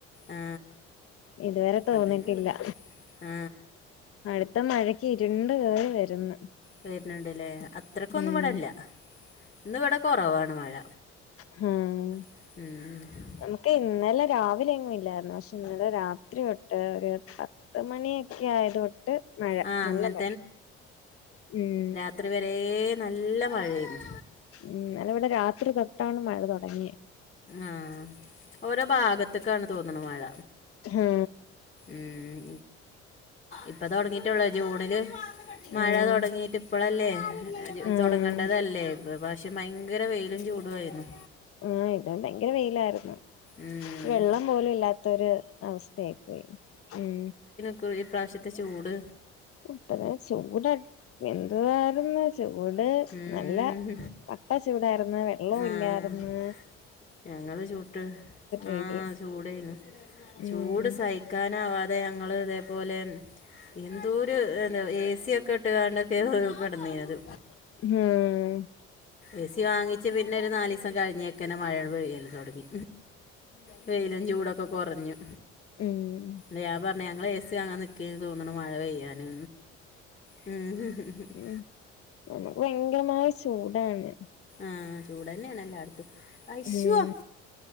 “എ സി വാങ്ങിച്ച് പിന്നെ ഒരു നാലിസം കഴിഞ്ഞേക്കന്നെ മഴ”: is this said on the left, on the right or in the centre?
Left